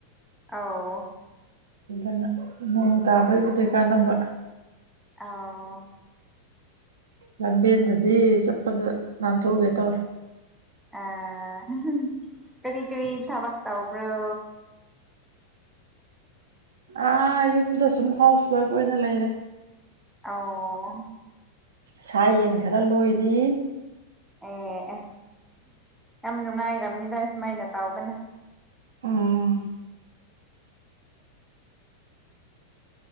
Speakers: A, in the centre; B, on the right.
A: ꯑꯥꯎ
B: ꯑꯗꯨꯅ ꯅꯣꯡ ꯇꯥꯕꯒꯤꯕꯨꯗꯤ ꯀꯥꯟꯅꯕ
A: ꯑꯥꯎ
B: ꯂꯝꯕꯦꯟꯗꯗꯤ ꯆꯠꯄꯗ ꯅꯥꯟꯊꯨꯒꯦ ꯇꯧꯋꯦ
A: ꯑꯥ ꯀꯔꯤ ꯀꯔꯤ ꯊꯕꯛ ꯇꯧꯕ꯭ꯔꯣ
B: ꯑꯥ ꯌꯨꯝꯗ ꯁꯨꯝ ꯍꯥꯎꯁ ꯋꯥꯏꯐ ꯑꯣꯏꯅ ꯂꯩꯔꯦ
A: ꯑꯥꯎ
B: ꯁꯥ ꯌꯦꯟ ꯈꯔ ꯂꯣꯏꯔꯤ
A: ꯑꯦ ꯌꯥꯝ ꯅꯨꯡꯉꯥꯏꯔꯝꯅꯤꯗ ꯗꯨꯃꯥꯏꯅ ꯇꯧꯕꯅ
B: ꯎꯝ